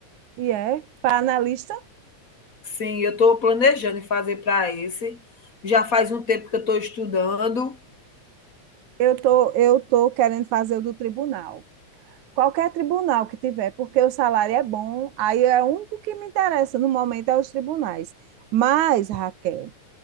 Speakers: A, on the right; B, on the left.
A: E é, para analista,
B: Sim, eu estou planejando em fazer para esse. Já faz um tempo que eu estou estudando.
A: eu tô, eu tô querendo fazer o do tribunal. Qualquer tribunal que tiver, porque o salário é bom, aí é o único que me interessa no momento é os tribunais. Mas, Raquel,